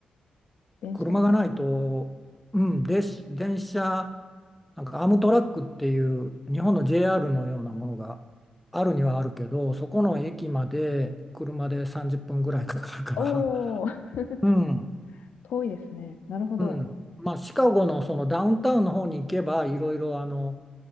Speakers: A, on the left; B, in the centre.
A: 電車とか。
B: 車がないと、うん、で、電車、なんかアームトラックっていう日本の JR のようなものがあるにはあるけど、そこの駅まで車で30分ぐらいかかるから、
A: おー、
B: うん、
A: <laughs> 遠いですね。なるほど。
B: うん。まあ、シカゴのそのダウンタウンの方に行けば、いろいろあの、